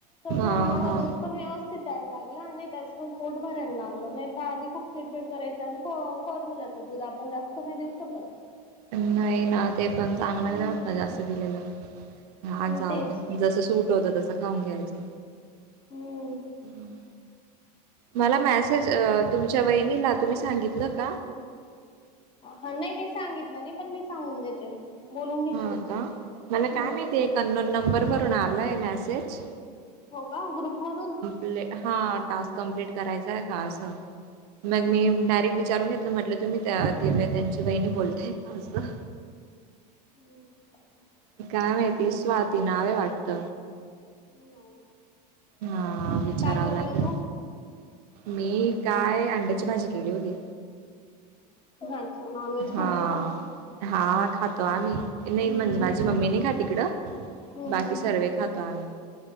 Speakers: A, on the left; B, on the right.
A: तस
B: हा
A: मला
B: हा
A: दूध पण व्यवस्थित यायला लागलं आणि त्याच पण पोट भरायला लागलं नायत आधी खूप चिडचिड करायचं आणि फो फॉरमूल्याचं दूध आपण जास्त नाय देऊ शकत.
B: नाही ना ते पण चांगलं
A: हम्म
B: नी राहात ना जास्त दिलेलं हां जाऊदे
A: तेच
B: म जसं सूट होतं तसं खाऊन घ्यायचं.
A: हम्म
B: हम्म मला मॅसेज अ तुमच्या वहिनीला तुम्ही सांगितलं का?
A: हा नाही मी सांगितलं नाय पण मी सांगून देते बोलून घेशील
B: हां का मला
A: हम्म
B: काय माहिती एक अननोन नंबरवरून आलाय मेसेज
A: हो का ग्रुप मधून?
B: ले हा टास्क कम्प्लीट करायचांय का असं मग मी डायरेक्ट विचारून घेतलं म्हटलं तुम्ही त्या दिव्या त्यांची वहिणी बोलताय का असं.
A: हम्म
B: काय माहिती स्वाती नाव ये वाटत
A: नाही.
B: हां विचारावं
A: काय जेवली
B: लागेल.
A: तू
B: मी काय अंड्याची भाजी केली होती.
A: <unintelligible>
B: हां
A: का
B: हा खातो आम्ही
A: हम्म
B: नाही म्हणजे
A: हम्म
B: माझी मम्मी नाही खात इकडं
A: हम्म
B: बाकी
A: हम्म
B: सर्वे खातो आम्ही